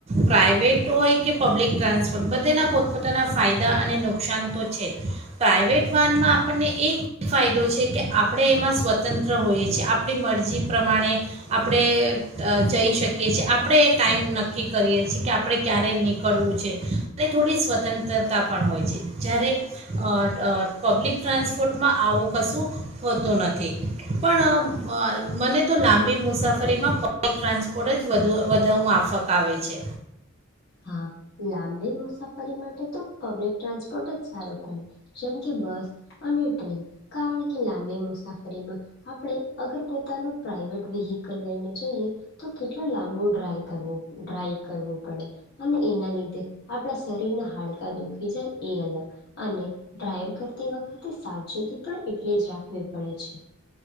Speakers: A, on the right; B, on the left.
A: પ્રાઇવેટ હોય કે પબ્લિક ટ્રાન્સપોર્ટ બધેના પોતપોતાના ફાયદા અને નુકસાન તો છે પ્રાઇવેટ વાહનમાં આપણને એક ફાયદો છે કે આપણે એમાં સ્વતંત્ર હોઈએ છે એ આપણી મરજી પ્રમાણે આપણે અ જઈ શકીએ છીએ આપણે એ ટાઈમ નક્કી કરીએ છીએ કે આપણે ક્યારેય નીકળવું છે અને થોડી સ્વતંત્રતા પણ હોય છે જ્યારે અ અ પબ્લિક ટ્રાન્સપોર્ટમાં આવું કશું હોતું નથી પણ અ મને તો લાંબી મુસાફ ફરીમાં પબ્લિક ટ્રાન્સપોર્ટ જ વધુ વધુ માફક આવે છે
B: હા લાંબી મુસાફરી માટે તો પબ્લિક ટ્રાન્સપોર્ટ જ સારું પડે જેમ કે બસ અને ટ્રેન કારણ કે લાંબી મુસાફરીમાં આપણે અગર પોતાનું પ્રાાઈવેટ વેહીકલ લઈને જઈએ તો કેટલો લાંબો ડ્રાઈ કરવો ડ્રાઈ કરવો પડે અને એના લીધે આપણા શરીરના હાડકા દુખી જાય એ અલગ અને ડ્રાઈવ કરતી વખતે સાવચેતી પણ એટલી જ રાખવી પડે છે